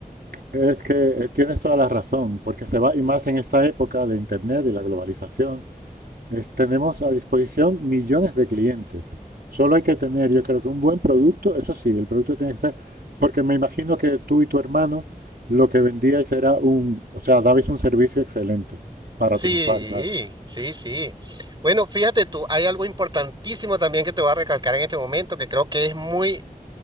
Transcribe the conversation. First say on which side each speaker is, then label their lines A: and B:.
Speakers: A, on the right (about 85°); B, on the right (about 30°).
A: Es que eh, tienes toda la razón, porque se va, y más en esta época de Internet y la globalización, Es- tenemos a disposición millones de clientes. Solo hay que tener, yo creo que un buen producto, eso sí, el producto tiene que ser, porque me imagino que tú y tu hermano lo que vendíais era un, o sea, dabais un servicio excelente para
B: Sí,
A: triunfar, claro.
B: sí, sí. Bueno, fíjate tú, hay algo importantísimo también que te voy a recalcar en este momento que creo que es muy